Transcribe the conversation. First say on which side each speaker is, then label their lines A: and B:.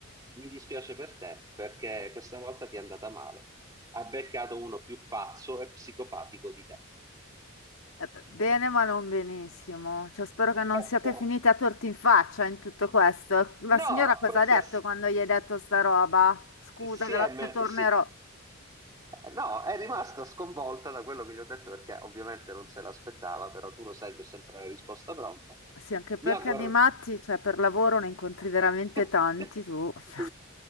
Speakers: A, on the right; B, on the left.
A: mi dispiace per te perché questa volta ti è andata male. Ha beccato uno più pazzo e psicopatico di te.
B: Eh, b- bene, ma non benissimo. Cioè, spero che non
A: <laughs>
B: siate finiti a torti in faccia in tutto questo. La signora
A: No,
B: cosa
A: questa
B: ha detto quando gli hai detto sta roba? Scusa,
A: Siem,
B: grazie, tornerò.
A: si- eh, No, è rimasta sconvolta da quello che gli ho detto perché ovviamente non se l'aspettava, però tu lo sai che ho sempre la risposta pronta.
B: Sì, anche perché
A: Mi ha guardato.
B: di matti, cioè per lavoro ne incontri veramente
A: <laughs>
B: tanti tu. <laughs>